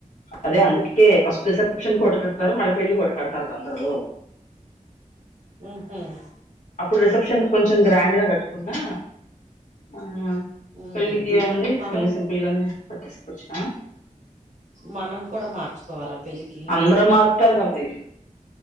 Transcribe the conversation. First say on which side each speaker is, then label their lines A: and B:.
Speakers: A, on the left; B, on the right.
A: అదే అందుకే ఓకే ఫస్ట్ రిసెప్షన్ ఒకటి కడతారు మళ్ళీ పెళ్లికి ఒకటి కడతారు అందరు
B: ఉ హమ్
A: అప్పుడు రిసెప్షన్స్ కొంచెం గ్రాండ్గా కట్టుకున్నా ఆ
B: ఉమ్
A: పెళ్ళకి ఎవుంది
B: మనం
A: సింపుల్ గానే కట్టేసుకోవచ్చు
B: మనం కూడా మార్చుకోవాలి ఆ పెళ్లికి
A: అందరూ మారుతారుగా మరి